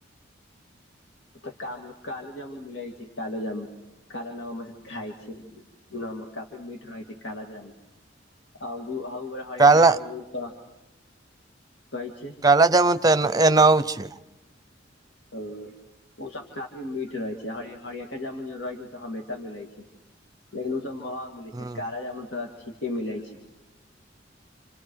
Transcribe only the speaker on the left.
ओ तऽ कामलो कालो जामुन मिल जाइ छै कालो जामुन कालो नाम हमर सा खाइ छै न काफी मीट रहै छै काल जाम हर
एक ह घड़ त कहै छै
हँ, ओ सभ काफी मीठ रहै छै। का जामुन ज रहै छै ओ तऽ हमेशा मिलै छय लेकिन ओ सब महग
मिलै छै काला जामुन तऽ ठीके मिलै छय